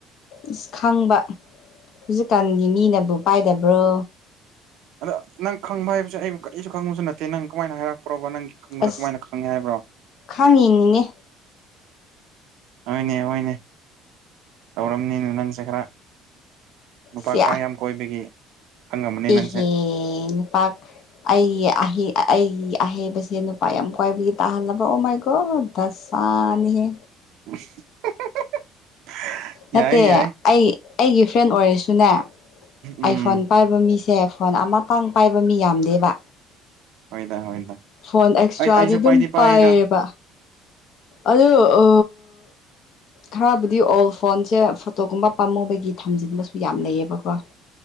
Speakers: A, on the left (about 50°); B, on the right (about 65°).
A: ꯑꯁ ꯈꯪꯕ ꯍꯧꯖꯤꯛꯀꯥꯟꯒꯤ ꯃꯤꯅꯕꯨ ꯄꯥꯏꯗꯕ꯭ꯔꯣ
B: ꯑꯗ ꯅꯪ ꯈꯪꯕ ꯍꯥꯏꯕꯁꯦ ꯑꯩꯕꯨ ꯀꯔꯤꯁꯨ ꯈꯪꯕꯁꯨ ꯅꯠꯇꯦ ꯅꯪ ꯀꯃꯥꯏꯅ ꯍꯥꯏꯔꯛꯄꯅꯣꯕ ꯅꯪꯒꯤ ꯈꯪꯕꯗ
A: ꯑꯁ
B: ꯀꯃꯥꯏꯅ ꯈꯪꯉꯦ ꯍꯥꯏꯕ꯭ꯔꯣ
A: ꯈꯪꯉꯤꯅꯤꯅꯦ
B: ꯍꯣꯏꯅꯦ ꯍꯣꯏꯅꯦ ꯇꯧꯔꯝꯅꯤꯅꯦ ꯅꯪꯁꯦ ꯈꯔ ꯅꯨꯄꯥ
A: ꯁꯤ
B: ꯈꯔ ꯌꯥꯝ ꯀꯣꯏꯕꯒꯤ ꯈꯪꯉꯝꯃꯅꯤ
A: ꯏꯍꯦ
B: ꯅꯪꯁꯦ
A: ꯅꯨꯄꯥ ꯑꯩ ꯍ ꯑꯩꯒꯤ ꯑꯍꯩꯕꯁꯦ ꯅꯨꯄꯥ ꯌꯥꯝ ꯀꯣꯏꯕꯒꯤ ꯇꯥꯍꯜꯂꯕ ꯑꯣ ꯃꯥꯏꯀꯣ ꯗꯁꯥꯅꯤꯍꯦ
B: <unintelligible>
A: ꯅꯠꯇꯦ
B: ꯌꯥꯏ ꯌꯥꯏ
A: ꯑꯩ ꯑꯩꯒꯤ ꯐ꯭ꯔꯦꯟ ꯑꯣꯏꯔꯁꯨꯅꯦ
B: ꯎꯝ
A: ꯑꯥꯏꯐꯣꯟ ꯄꯥꯏꯕ ꯃꯤꯁ ꯁꯦ ꯐꯣꯟ ꯑꯃꯇꯥꯡ ꯄꯥꯏꯕ ꯃꯤ ꯌꯥꯝꯗꯦꯕ
B: ꯍꯣꯏꯗ ꯍꯣꯏꯗ
A: ꯐꯣꯟ ꯑꯦꯛꯁꯇ꯭ꯔꯥꯗꯤ
B: ꯑꯩ ꯑꯩꯁꯨ
A: ꯑꯗꯨꯝ
B: ꯄꯥꯏꯗꯤ
A: ꯄꯥꯏꯌꯦꯕ
B: ꯄꯥꯏꯗ
A: ꯑꯗ ꯑ ꯈꯔꯕꯨꯗꯤ ꯑꯣꯜ ꯐꯣꯟꯁꯦ ꯐꯣꯇꯣꯒꯨꯝꯕ ꯄꯥꯝꯃꯨꯕꯒꯤ ꯊꯝꯖꯤꯟꯕꯁꯨ ꯌꯥꯝ ꯂꯩꯌꯦꯕꯀꯣ